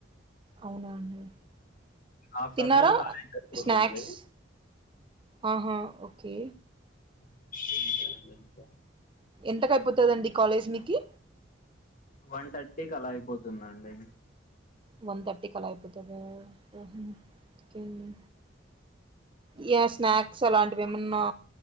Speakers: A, on the right (about 25°); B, on the left (about 45°).
A: అవునా అండి.
B: ఆఫ్టర్నూన్
A: తిన్నారా
B: ఖాళీ అయిపోతుంది
A: స్నాక్స్? ఆహా ఓకే.
B: <inaudible>
A: ఎంతకయిపోతదండి కాలేజ్ మీకి?
B: వన్ థర్టీకి అలా అయిపోతుందండి.
A: వన్ థర్టీకి అలా అయిపోతదా ఆహా ఇకేంది. యా స్నాక్స్ అలాంటివి ఏమన్నా